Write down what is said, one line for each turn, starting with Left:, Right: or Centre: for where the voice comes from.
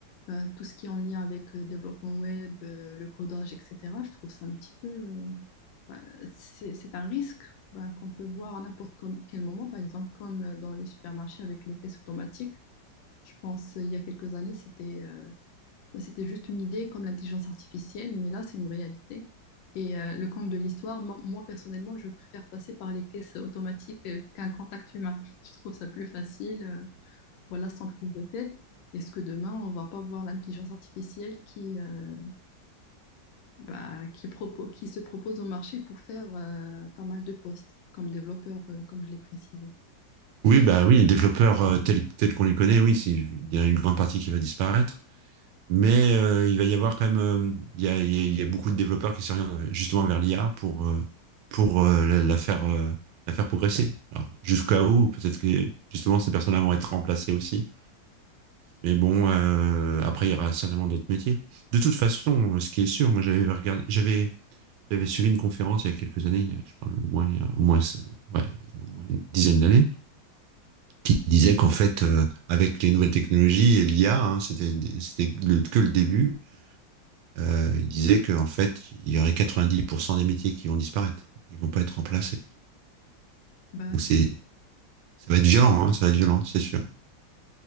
Left: ben, tout ce qui est en lien avec le développement web, euh, le codage, etc. Je trouve ça un petit peu... euh, ben, c'est c'est un risque ben, qu'on peut voir à n'importe com- quel moment, par exemple comme euh, dans les supermarchés avec les caisses automatiques. Je pense euh, il y a quelques années, c'était euh, bah, c'était juste une idée comme l'intelligence artificielle, mais là, c'est une réalité. Et euh, le compte de l'histoire, moi, moi, personnellement, je préfère passer par les caisses automatiques euh, qu'un contact humain. <laughs> Je trouve ça plus facile, euh, voilà, sans prise de tête. Est-ce que demain, on va pas voir l'intelligence artificielle qui, euh, bah, qui, propo- qui se propose au marché pour faire euh, pas mal de postes comme développeur, euh, comme je l'ai précisé?
Right: Oui, bah oui, les développeurs euh, tels, tels qu'on les connaît, oui, c'est- il y a une grande partie qui va disparaître, mais euh, il va y avoir quand même, euh, il y a, il y a- il y a beaucoup de développeurs qui s'orientent euh, justement vers l'IA pour, euh, pour euh, la, la faire, euh, la faire progresser. Alors, jusqu'à où, peut-être que justement ces personnes-là vont être remplacées aussi, mais bon, euh, après il y aura certainement d'autres métiers. De toute façon, ce qui est sûr, moi j'avais regardé, j'avais J'avais suivi une conférence il y a quelques années, je parle au moins, il y a au moins, ouais, il y a au moins une dizaine d'années, qui disait qu'en fait, euh, avec les nouvelles technologies et l'IA, hein, c'était, c'était le- que le début, euh, il disait qu'en fait, il y aurait 90% des métiers qui vont disparaître, qui vont pas être remplacés.
Left: Bah,
Right: Donc c'est, ça va être violent, hein, ça va être violent, c'est sûr.